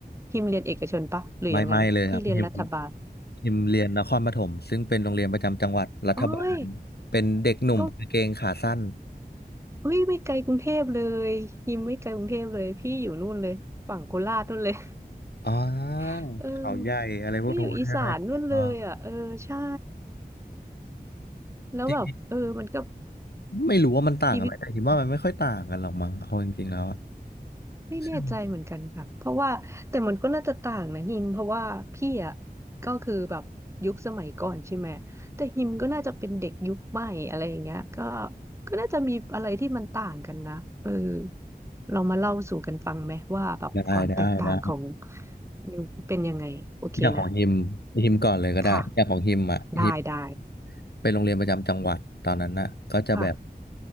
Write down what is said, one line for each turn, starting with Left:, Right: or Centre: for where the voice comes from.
Right: ฮิมเรียนเอกชนปะหรือยังไงพี่เรียนรัฐบาล
Left: ไม่ไม่เลยครับพิมพิมเรียนนครปฐมซึ่งเป็นโรงเรียนประจำจังหวัดรัฐบาลเป็นเด็กหนุ่มกางเกงขาสั้น
Right: โอ้ยก็ เฮ้ยไม่ไกลกรุงเทพเลยยิมไม่ไกลกรุงเทพเลยพี่อยู่นู่นเลยฝั่งโคราชนู่นเลย
Left: อ๋อ
Right: <laughs> เออ
Left: เขาใหญ่อะไรพวกนู้นใช่ไหมอ๋อ
Right: ไม่อยู่อีสานนู่นเลยอ่ะเออใช่แล้วแบบเออมันก็
Left: จริงๆไม่รู้ว่ามันต่างกันไหมแต่คิดว่ามันไม่ค่อยต่างกันหรอกมั้งเอาจริงๆแล้วอะ
Right: ชีวิต ไม่แน่ใจเหมือนกันค่ะเพราะว่าแต่มันก็น่าจะต่างนะฮิมเพราะว่าพี่อ่ะ
Left: ใช่ไหม
Right: ก็คือแบบยุคสมัยก่อนใช่ไหมแต่ฮิมก็น่าจะเป็นเด็กยุคใหม่อะไรอย่างเงี้ยก็ก็น่าจะมีอะไรที่มันต่างกันนะเออเรามาเล่าสู่กันฟังไหมว่าแบบความแตกต่างของ
Left: ได้ได้ได้
Right: ยุคเป็นยังไงโอเคนะ
Left: อย่างของฮิมฮิมก่อนเลยก็ได้อย่างของฮิมอ่ะฮิม
Right: <laughs> ค่ะได้ได้
Left: ไปโรงเรียนประจำจังหวัดตอนนั้นน่ะก็จะแบบ
Right: ค่ะ